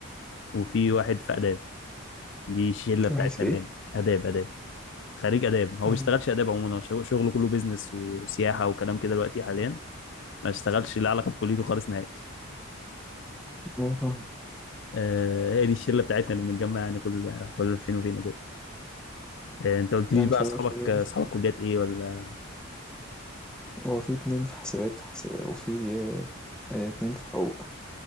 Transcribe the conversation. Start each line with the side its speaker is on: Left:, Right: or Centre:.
Left: وفي واحد في اداب دي الشله
Centre: في
Left: بتاعتنا
Centre: واحد في
Left: اللي
Centre: إيه؟
Left: هنا اداب اداب خريج اداب هو ما
Centre: مم.
Left: بيشتغلش اداب عموما هو شغله كله بيزنس وسياحه وكلام كده دلوقتي حاليا ما اشتغلش له علاقه بكليته خالص نهائي
Centre: أيوه فاهم
Left: آه، هي دي الشله بتاعتنا اللي بنتجمع يعني كل كل فين وفين وكده آه، انت قلت ليش
Centre: لا مش
Left: بقى اصحابك
Centre: هقدر أشيل.
Left: اصحابك كليات ايه ولا
Centre: هو في اتنين في حاسبات حس- وفي آه، آه، اتنين في حقوق